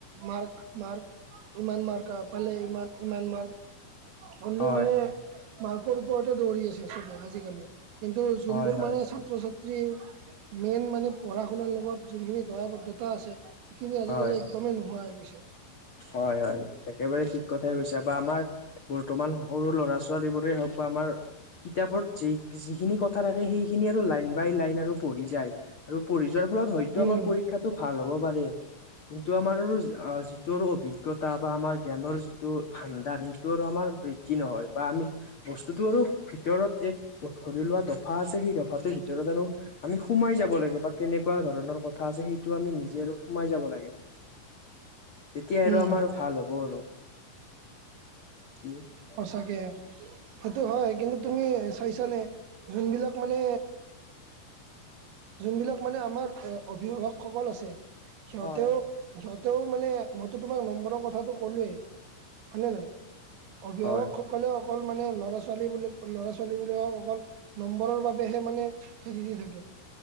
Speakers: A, on the right; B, on the left.
A: মাৰ্ক মাৰ্ক, ইমান মাৰ্কফালে, ইমান, ইমান মাৰ্ক, অললি
B: হয়
A: মানে মাৰ্কৰ ওপৰতে দৌৰি আছে চবে আজিকালি কিন্তু যোনবোৰ
B: হয় হয়
A: মানে ছাত্ৰ ছাত্ৰী মেইন মানে পঢ়া শুনাৰ লগত যোনখিনি দয়াবদ্ধতা আছে সেইখিনি আজিকালি
B: হয়
A: একদমেই নোহোৱা হৈ গৈছে
B: হয় হয় একেবাৰে ঠিক কথাই কৈছে বা আমাৰ বৰ্তমান সৰু ল'ৰা ছোৱালী হওঁক বা আমাৰ কিতাপত যি যিখিনি কথা থাকে সেইখিনি আৰু লাইন বাই লাইন আৰু পঢ়ি যায় আৰু পঢ়ি যোৱাৰ ফলত হয়তো
A: উম
B: আমাৰ শিক্ষাটো ভাল হ'ব পাৰে কিন্তু আমাৰ আৰু ৰ অভিজ্ঞতা বা আমাৰ জ্ঞানৰ যিটো ভাণ্ডাৰ সেইটোৰ আমাৰ বৃদ্ধি নহয় বা আমি বস্তুটো আৰু ভিতৰত এক ধৰি লোৱা দফা আছে সেই দফাটোৰ ভিতৰত আৰু আমি সোমাই যাব লাগে বা কেনেকুৱা ধৰণৰ কথা আছে সেইটো আমি নিজে আৰু সোমাই যাব লাগে। তেতিয়া আৰু
A: উম
B: আমাৰ ভাল হ'ব আৰু কি
A: সঁচাকে সেইটো হয় কিন্তু তুমি চাইছানে যোনবিলাক মানে যোনবিলাক মানে আমাৰ অভিভাৱকসকল আছে। সিহঁতেও
B: হয়
A: সিহঁতেও মানে মইতো তোমাক নম্বৰৰ কথাটো ক'লোৱেই হয় নে নহয়, অভিভাৱকসকলে
B: হয়
A: অকল মানে ল'ৰা, ছোৱালী বুলি ল'ৰা, ছ ল'ৰা ছোৱালী বিলাকক অকল নম্বৰৰ বাবেহে মানে থেলি, দি, থাকে,